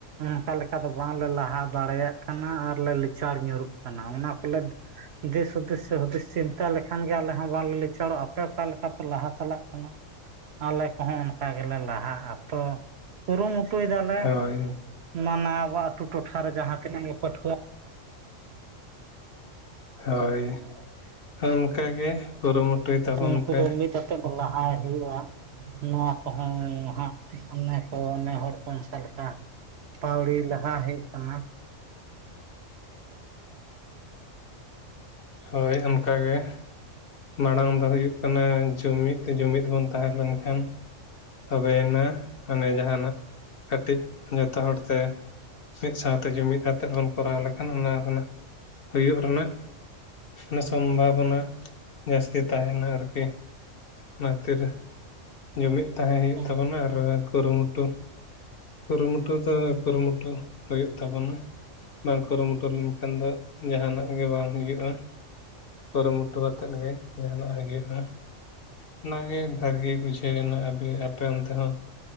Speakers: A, on the right; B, on the left.
A: ᱚᱱᱠᱟ ᱞᱮᱠᱟ ᱫᱚ ᱵᱟᱝᱞᱮ ᱞᱟᱦᱟ ᱫᱟᱲᱮᱭᱟᱜ ᱠᱟᱱᱟ ᱟᱨᱞᱮ ᱞᱤᱪᱟᱲ ᱧᱩᱨᱩᱜ ᱠᱟᱱᱟ ᱚᱱᱟ ᱠᱚᱞᱮ ᱫᱤᱥ ᱦᱩᱫᱤᱥ ᱥᱮ ᱦᱩᱫᱤᱥ ᱪᱤᱱᱛᱟ ᱞᱮᱠᱷᱟᱱ ᱜᱮ ᱟᱞᱮ ᱦᱚᱸ ᱵᱟᱝᱞᱮ ᱞᱤᱪᱟᱲᱚᱜᱼᱟ ᱟᱯᱮ ᱚᱠᱟ ᱞᱮᱠᱟ ᱯᱮ ᱞᱟᱦᱟ ᱪᱟᱞᱟᱜ ᱠᱟᱱᱟ ᱟᱞᱮ ᱠᱚᱦᱚᱸ ᱚᱱᱠᱟ ᱜᱮᱞᱮ ᱞᱟᱦᱟᱜᱼᱟ ᱛᱚ ᱠᱩᱨᱩᱢᱩᱴᱩᱭ ᱫᱟᱞᱮ
B: ᱦᱳᱭ
A: ᱢᱟᱱᱮ ᱟᱵᱚ ᱟᱹᱛᱩ ᱴᱚᱴᱷᱟ ᱨᱮ ᱡᱟᱦᱟᱸ ᱛᱤᱱᱟᱹᱜ ᱜᱮ ᱯᱟᱹᱴᱷᱩᱣᱟᱹ
B: ᱦᱳᱭ ᱚᱱᱠᱟ ᱜᱮ ᱠᱩᱨᱩᱢᱩᱴᱩᱭ ᱛᱟᱵᱚᱱ
A: ᱩᱱᱠᱩ
B: ᱯᱮ
A: ᱢᱤᱫ ᱟᱛᱮᱫ ᱞᱟᱦᱟᱭ ᱦᱩᱭᱩᱜᱼᱟ ᱱᱚᱣᱟ ᱠᱚᱦᱚᱸ ᱦᱟᱸᱜ ᱚᱱᱮ ᱠᱚ ᱚᱱᱮ ᱦᱚᱲ ᱠᱚ ᱢᱮᱥᱟ ᱞᱮᱠᱟ ᱯᱟᱹᱣᱲᱤ ᱞᱟᱦᱟ ᱦᱩᱭᱩᱜ ᱠᱟᱱᱟ
B: ᱦᱳᱭ ᱚᱱᱠᱟ ᱜᱮ ᱢᱟᱲᱟᱝ ᱫᱚ ᱦᱩᱭᱩᱜ ᱠᱟᱱᱟ ᱡᱩᱢᱤᱫ ᱡᱩᱢᱤᱫ ᱵᱚᱱ ᱛᱟᱦᱮᱸ ᱞᱮᱱ ᱠᱷᱟᱱ ᱛᱚᱵᱮᱭᱮᱱᱟ ᱢᱟᱱᱮ ᱡᱟᱦᱟᱸᱱᱟᱜ ᱠᱟᱹᱴᱤᱡ ᱡᱚᱛᱚ ᱦᱚᱲ ᱛᱮ ᱢᱤᱫ ᱥᱟᱶᱛᱮ ᱡᱩᱢᱤᱫ ᱟᱛᱮᱫ ᱵᱚᱱ ᱠᱚᱨᱟᱣ ᱞᱮᱠᱷᱟᱱ ᱚᱱᱟ ᱨᱮᱱᱟᱜ ᱦᱩᱭᱩᱜ ᱨᱮᱱᱟᱜ ᱢᱟᱱᱮ ᱥᱚᱢᱵᱷᱟᱵᱚᱱᱟ ᱡᱟᱹᱥᱛᱤ ᱛᱟᱦᱮᱸᱱᱟ ᱟᱨᱠᱤ ᱚᱱᱟ ᱠᱷᱟᱹᱛᱤᱨ ᱡᱩᱢᱤᱫ ᱛᱟᱦᱮᱸ ᱦᱩᱭᱩᱜ
A: ᱦᱮᱸ
B: ᱛᱟᱵᱚᱱᱟ ᱟᱨ ᱠᱩᱨᱩᱢᱩᱴᱩ ᱠᱩᱨᱩᱢᱩᱴᱩ ᱫᱚ ᱠᱩᱨᱩᱢᱩᱴᱩ ᱦᱩᱭᱩᱜ ᱛᱟᱵᱚᱱᱟ ᱵᱟᱝ ᱠᱩᱨᱩᱢᱩᱴᱩ ᱞᱮᱱᱠᱷᱟᱱ ᱫᱚ ᱡᱟᱦᱟᱸᱱᱟᱜ ᱜᱮ ᱵᱟᱝ ᱦᱩᱭᱩᱜᱼᱟ ᱠᱩᱨᱩᱢᱩᱴᱩ ᱠᱟᱛᱮᱫ ᱜᱮ ᱡᱟᱦᱟᱸᱱᱟᱜ ᱦᱩᱭᱩᱜᱼᱟ ᱚᱱᱟᱜᱮ ᱵᱷᱟᱜᱮ ᱵᱩᱡᱷᱟᱹᱜ ᱮᱱᱟ ᱟᱯᱮ ᱚᱱᱛᱮ ᱦᱚᱸ